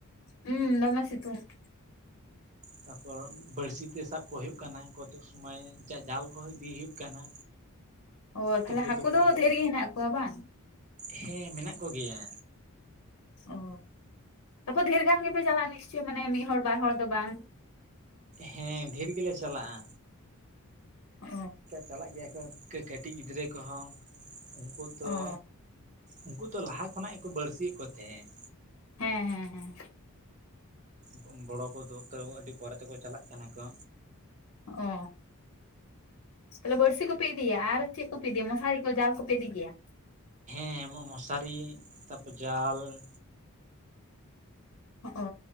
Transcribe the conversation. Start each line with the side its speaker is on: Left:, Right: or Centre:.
Left: ᱦᱩᱸ ᱫᱚᱢᱮ ᱥᱤᱛᱩᱝ ᱠᱟᱱᱟ᱾
Right: ᱛᱟᱨᱯᱚᱨ ᱵᱟᱹᱲᱥᱤ ᱛᱮ ᱥᱟᱵ ᱠᱚ ᱦᱩᱭᱩᱜ ᱠᱟᱱᱟ, ᱠᱚᱛᱮᱠ ᱥᱚᱢᱚᱭ ᱡᱟᱞ ᱠᱚᱦᱚᱸ ᱤᱫᱤ ᱦᱩᱭᱩᱜ ᱠᱟᱱᱟ᱾
Left: ᱚ ᱛᱟᱞᱦᱮ
Right: ᱛᱩᱯᱩ
Left: ᱦᱟᱠᱩ
Right: ᱛᱩᱯᱩ
Left: ᱫᱚ
Right: ᱦᱚᱸ
Left: ᱫᱷᱮᱨ ᱜᱮ ᱦᱮᱱᱟᱜ ᱠᱚᱣᱟ ᱵᱟᱝ?
Right: ᱦᱮᱸ ᱢᱮᱱᱟᱜ ᱠᱚ ᱜᱮᱭᱟ᱾
Left: ᱚ ᱟᱯᱚ ᱰᱷᱮᱨ ᱜᱟᱱ ᱜᱮᱯᱮ ᱪᱟᱞᱟᱜᱼᱟ ᱱᱤᱥ ᱪᱚᱭ ᱢᱟᱱᱮ ᱢᱤᱫ ᱦᱚᱲ ᱵᱟᱨ ᱦᱚᱲ ᱫᱚ ᱵᱟᱝ?
Right: ᱦᱮᱸ ᱰᱷᱮᱨ ᱜᱮᱞᱮ ᱪᱟᱞᱟᱜᱼᱟ
Left: ᱚ
Right: ᱪᱟᱞᱟᱜ ᱜᱮᱭᱟ ᱠᱚ ᱤᱱᱠᱟᱹᱠᱟᱹᱴᱤᱡ ᱜᱤᱫᱽᱨᱟᱹ ᱠᱚᱦᱚᱸ ᱩᱱᱠᱩ ᱫᱚᱼᱼ
Left: ᱚ
Right: ᱩᱱᱠᱩ ᱫᱚ ᱞᱟᱦᱟ ᱠᱷᱚᱱᱟᱜ ᱜᱮᱠᱚ ᱵᱟᱹᱲᱥᱤ ᱮᱫ ᱠᱚ ᱛᱟᱦᱮᱸᱫᱼᱼ
Left: ᱦᱮᱸ ᱦᱮᱸ ᱦᱮᱸ
Right: ᱦᱮᱸ ᱵᱚᱲᱚ ᱠᱚᱫᱚ ᱛᱟᱹᱣ ᱟᱹᱰᱤ ᱯᱚᱨᱮ ᱛᱮᱠᱚ ᱪᱟᱞᱟᱜ ᱠᱟᱱᱟ ᱠᱚᱼᱼ
Left: ᱚ ᱛᱟᱞᱦᱮ ᱵᱟᱹᱲᱥᱤ ᱠᱚ ᱯᱮ ᱤᱫᱤᱭᱟ ᱟᱨᱼᱼ ᱪᱮᱫ ᱠᱚ ᱯᱮ ᱤᱫᱤ ᱭᱟ ᱢᱚᱥᱟᱨᱤ ᱠᱚ ᱡᱟᱞ ᱠᱚ ᱯᱮ ᱤᱫᱤ ᱜᱮᱭᱟ᱾
Right: <unintelligible> ᱢᱚᱥᱟᱨᱤ ᱛᱟᱯᱚᱨ ᱡᱟᱞ
Left: ᱦᱚᱜᱼᱚ,